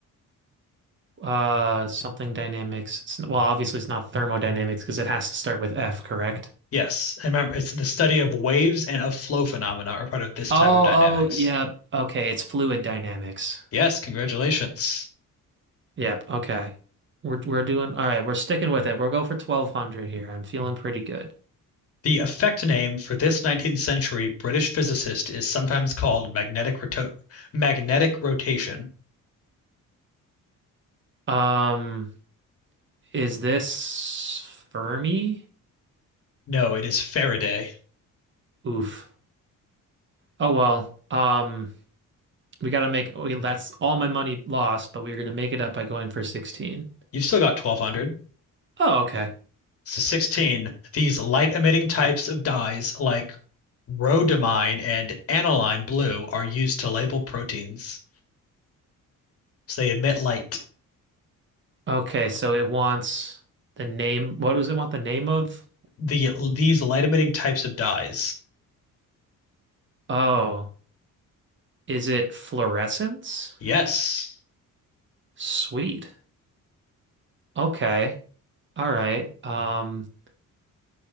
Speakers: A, on the right; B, on the left.
A: uh something dynamics. It's, well, obviously it's not thermodynamics because it has to start with F, correct?
B: Yes, and remember, it's the study of waves and of flow phenomena are part of this
A: Oh,
B: type of dynamics.
A: oh, yeah. Okay, it's fluid dynamics.
B: Yes, congratulations.
A: Yep, okay. We're we're doing all right, we're sticking with it. We'll go for 1200 here. I'm feeling pretty good.
B: The effect name for this 19th century British physicist is sometimes called magnetic roto magnetic rotation.
A: Um is this Fermi?
B: No, it is Faraday.
A: Oof. Oh well. Um We got to make, okay, that's all my money lost, but we're going to make it up by going for 16.
B: You've still got 1200.
A: Oh, okay.
B: So 16, these light emitting types of dyes like rhodamine and aniline blue are used to label proteins. So they emit light.
A: Okay, so it wants the name. What does it want the name of?
B: The these light emitting types of dyes.
A: Oh, is it fluorescence?
B: Yes.
A: Sweet. Okay. All right. Um,